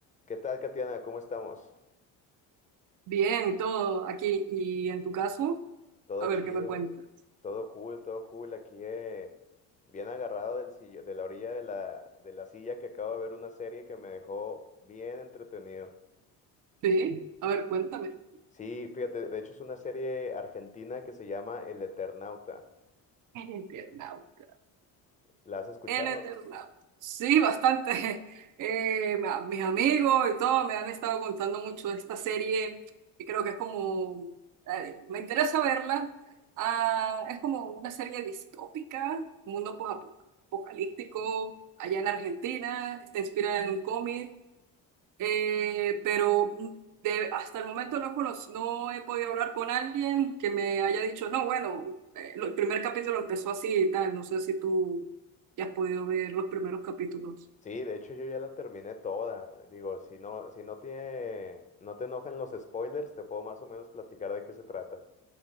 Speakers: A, on the left; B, on the right.
A: ¿Qué tal, Katiana? ¿Cómo estamos?
B: Bien, y todo aquí. ¿Y en tu caso?
A: Todo
B: A
A: chido,
B: ver, ¿qué me cuentas?
A: todo cool, todo cool. Aquí eh, bien agarrado del sillo- de la orilla de la, de la silla que acabo de ver una serie que me dejó bien entretenido.
B: Sí, a ver, cuéntame.
A: Sí, fíjate, de hecho es una serie argentina que se llama El Eternauta.
B: En Eternauta.
A: ¿La has escuchado?
B: En Eternauta. Sí, bastante. <laughs> Eh, ma- mis amigos y todo me han estado contando mucho de esta serie y creo que es como, eh, me interesa verla. Ah, es como una serie distópica, mundo post-apocalíptico, allá en Argentina, está inspirada en un cómic. Eh, pero de, hasta el momento no, conoz- no he podido hablar con alguien que me haya dicho, no, bueno, eh, lo- el primer capítulo empezó así y tal. No sé si tú ya has podido ver los primeros capítulos.
A: Sí, de hecho yo ya la terminé toda. Digo, si no, si no tiene, no te enojan los spoilers, te puedo más o menos platicar de qué se trata.